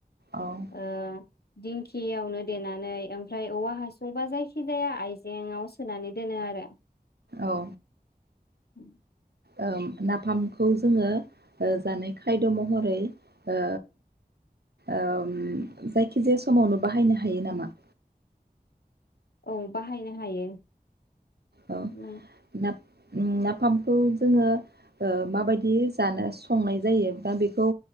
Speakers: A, on the right; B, on the left.
A: औ
B: ओ। दिंखियावनो देनानै ओमफ्राय औवा हासुं बा जायखि खिजाया आइजेेङाव सोनानै दोनो आरो।
A: औ।
B: ओम।
A: ओम नाफामखौ जोङो, ओ जानाय खायद महरै ओ ओ-म जायखिजाया समावनो बाहायनो हायो नामा?
B: औ बाहायनो हायो।
A: औ
B: उम
A: ना। ओम नाफामखौ जोङो, ओ माबायदि जानो संनाय जायो। दा बेखौ